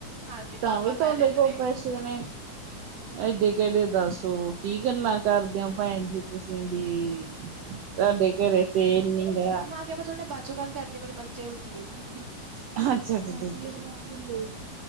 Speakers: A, on the right (about 30°); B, on the right (about 65°).
A: ਹਾਂਜੀ
B: ਤਾਂ
A: ਪਾਪਾ
B: ਵੀ ਤੁਹਾਡੇ
A: ਪੈ ਲੇਤੇ
B: ਕੋਲ
A: ਨੇ
B: ਪੈਸੇ ਨੇ। ਇਹਡੇ, ਕਿਹੜੇ ਦੱਸੋ ਕੀ ਗੱਲਾਂ ਕਰਦੇ ਹੋ ਭੈਣ ਜੀ, ਤੁਸੀਂ ਵੀ। ਸਾਡੇ ਘਰੇ ਤੇਲ ਨੀਂਗਾ।
A: ਠੀਕ ਆ, ਮੈ ਥੁਹਾਡੇ ਨਾਲ ਬਾਅਦ'ਚੋਂ ਗੱਲ ਕਰਦੀ ਆਂ, ਮੇਰੇ ਬੱਚੇ ਉੱਠ ਗਏ ਜੀ।
B: ਅੱਛਾ-ਅੱਛਾ, ਠੀਕ ਏ।